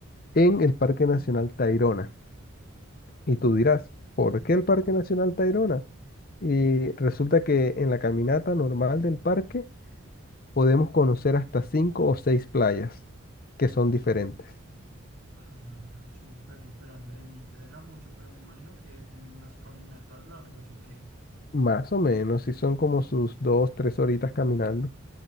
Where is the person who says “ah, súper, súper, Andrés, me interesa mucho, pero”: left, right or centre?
Right